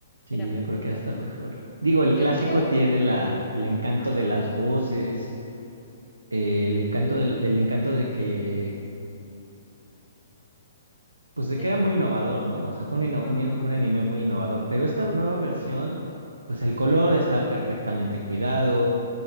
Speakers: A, on the right (about 85°); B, on the left (about 30°).
A: Sí,
B: Mira,
A: yo
B: pues
A: creo
B: no
A: que
B: sé.
A: hasta mejor. Digo, el
B: Yo
A: clásico
B: creo...
A: tiene la, el encanto
B: Ajá.
A: de las voces, eh, el encanto
B: el-
A: del, del encanto de que, pues de
B: De
A: que
B: pronto.
A: era muy innovador, ¿no? O sea, fue un, inno-
B: Ujú,
A: un in- un anime muy innovador. Pero esta nueva versión, pues el color está perfectamente cuidado,